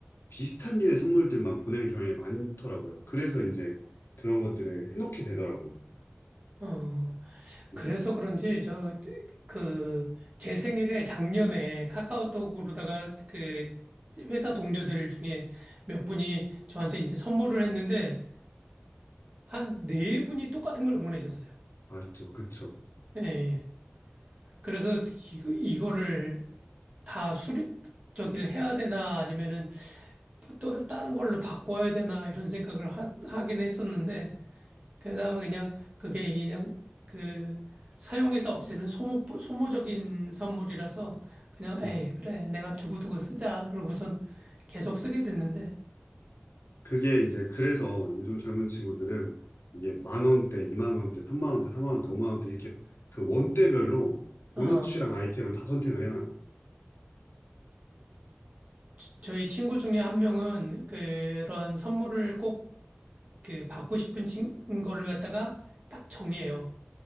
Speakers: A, on the left (about 80°); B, on the right (about 35°).
A: 비슷한 류의 선물들만 보내는 경향이 많더라고요. 그래서 이제 그런 것들을 해놓게 되더라고요.
B: 어. 그래서
A: 이게
B: 그런지 저 그 제 생일에 작년에 카카오톡으로다가 그 회사 동료들 중에 몇 분이 저한테 이제 선물을 했는데 한 네 분이 똑같은 걸 보내셨어요.
A: 맞죠, 그쵸,
B: 예. 예. 그래서 이거 이거를 다 수립 저기를 해야 되나 아니면은 또 다른 걸로 바꿔야 되나 이런 생각을 하, 하긴 했었는데 게다가 그냥 그게 그냥 그 사용해서 없애는 소모, 소모적인 선물이라서 그냥
A: 그쵸.
B: 에이, 그래, 내가 두고두고 쓰자. 그러고선 계속 쓰게 됐는데,
A: 그게 이제 그래서 요즘 젊은 친구들은 이게 만 원대, 이만 원대, 삼만 원대, 사만 원대, 오만 원대 이렇게 그 원대별로
B: 어,
A: 본인 취향 아이템을 다 선택을 해놔요.
B: 저- 저희 친구 중에 한 명은 그런 선물을 꼭 그 받고 싶은 친 거를 갖다가 딱 정해요.